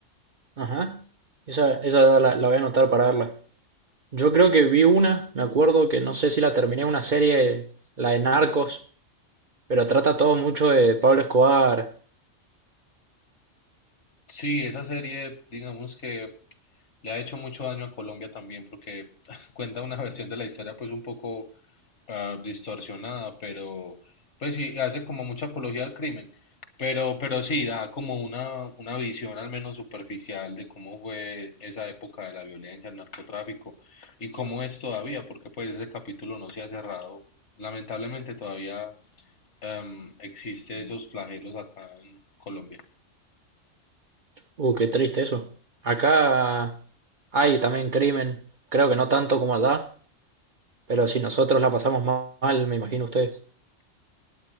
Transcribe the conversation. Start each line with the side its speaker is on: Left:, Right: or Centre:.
Right: Ajá. Esa, esa la, la voy a anotar para verla. Yo creo que vi una, me acuerdo que no sé si la terminé, una serie, la de Narcos, pero trata todo mucho de Pablo Escobar.
Left: Sí, esa serie digamos que Le ha hecho mucho daño a Colombia también porque <laughs> cuenta una versión de la historia pues un poco ah, distorsionada, pero pues sí, hace como mucha apología al crimen, pero, pero sí, da como una, una visión al menos superficial de cómo fue esa época de la violencia, el narcotráfico y cómo es todavía, porque pues ese capítulo no se ha cerrado. Lamentablemente todavía existen existe esos flagelos acá en Colombia.
Right: Uh, qué triste eso. Acá hay también crimen. Creo que no tanto como allá, pero si nosotros la pasamos ma- mal, me imagino ustedes.